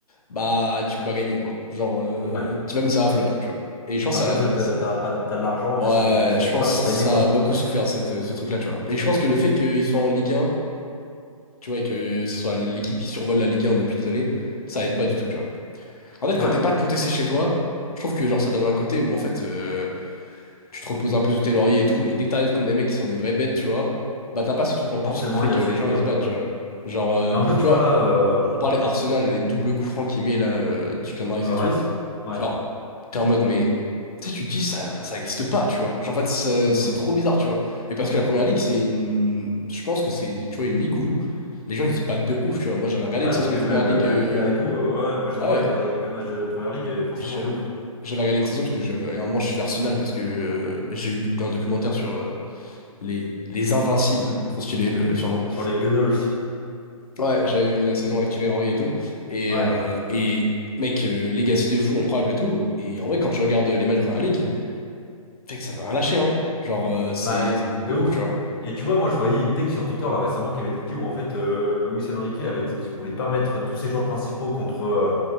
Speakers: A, on the left; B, on the left.
A: bah, tu peux pas gagner, quoi. Genre, euh,
B: Ouais,
A: tu vas, mais ça va flop, tu vois. Et je pense
B: c'est un
A: que
B: peu le truc, t'as
A: ça.
B: t'as pas t'as de l'argent,
A: Ouais,
B: mais ça ne suffit
A: je pense
B: pas pour
A: que
B: gagner,
A: ça
B: quoi.
A: a beaucoup souffert de cette, ce truc-là, tu vois. Et je pense que le fait qu'ils soient en Ligue un tu vois, et que ce soit l'équipe qui survole la Ligue un depuis des années, ça aide pas du tout, tu vois. En fait, quand
B: Ouais,
A: t'es pas contesté chez toi, je trouve que genre ça donne un côté où en fait euh, tu te reposes un peu sur tes lauriers et tout, et dès que t'arrives contre des mecs qui sont des vraies bêtes, tu vois, bah t'as pas ce truc en plus
B: forcément,
A: qui fait
B: il
A: que
B: y a ce
A: les
B: truc-là.
A: gens ils se battent, tu vois. Genre, euh,
B: Et en plus, tu
A: tu
B: vois,
A: vois,
B: là, euh,
A: on on parlait Arsenal, les doubles coups francs qu'il met là, euh, du clan et
B: Euh, Rice.
A: tout.
B: Ouais.
A: Genre, t'es en mode, mais tu sais, tu te dis ça, ça existe pas, tu vois. Genre, en fait, ça-
B: Hmm.
A: c'est trop bizarre, tu vois. Mais parce que la première ligue, c'est une. Je pense que c'est, tu vois, une ligue où les gens ils se battent de ouf, tu vois. Moi j'avais regardé
B: Ah,
A: une saison
B: la PL
A: de première
B: même,
A: ligue.
B: le- la,
A: euh,
B: Liga et tout. euh, ouais, moi, ça
A: Ah
B: m'arrive
A: ouais,
B: de regarder quelques matchs de Première Ligue, et forcément,
A: je-
B: de ouf.
A: J'avais regardé une saison parce que je, à un moment je suis Arsenal parce que euh, j'ai vu plus d'un documentaire sur euh, les, les Invincibles, trop stylé le surnom.
B: Sur les Gunners.
A: Ouais, j'avais vu la saison avec Thierry Henry et tout. Et,
B: Ouais.
A: euh, et mec, euh, Legacy de fou, incroyable et tout. Et en vrai, quand tu regardes les matchs de Première Ligue, mec, ça veut rien lâcher, hein. Genre, euh, c'est
B: Bah,
A: c'est du
B: de
A: comique,
B: ouf.
A: tu vois.
B: Et tu vois, moi, je voyais une tech sur Twitter là récemment qui avait été dit où en fait euh, Luis Enrique avait dit qu'il voulait pas mettre tous ses joueurs principaux contre, euh,